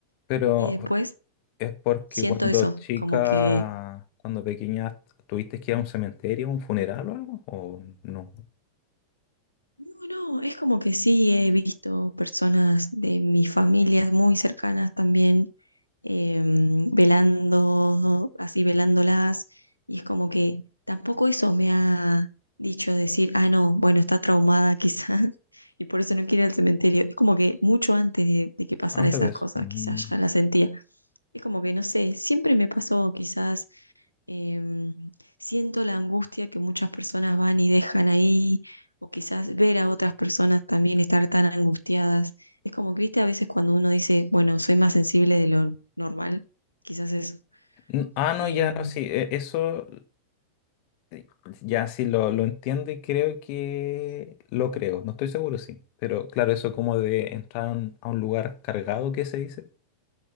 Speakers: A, on the left (about 45°); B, on the left (about 90°).
A: Pero
B: Y después
A: es porque
B: siento
A: cuando
B: eso,
A: chica,
B: como que,
A: cuando pequeña, ¿tuviste que ir a un cementerio, un funeral o algo? ¿O no?
B: no, no, es como que sí he visto personas de mis familias muy cercanas también em, velando, así velándolas, y es como que tampoco eso me ha dicho decir, ah, no, bueno, está traumada quizás, <laughs> y por eso no quiere ir al cementerio. Es como que mucho antes de, de que pasaran
A: Antes
B: esas
A: de eso.
B: cosas,
A: Ujú.
B: quizás ya la sentía. Es como que, no sé, siempre me pasó quizás Em, siento la angustia que muchas personas van y dejan ahí, o quizás ver a otras personas también estar tan angustiadas. Es como que, viste, a veces cuando uno dice, bueno, soy más sensible de lo normal, quizás eso.
A: N- Ah, no,
B: Em,
A: ya no, sí, e- eso Sí, Ya sí lo, lo entiendo y creo que lo creo, no estoy seguro, sí. Pero claro, eso como de entrar a un, a un lugar cargado, ¿qué se dice?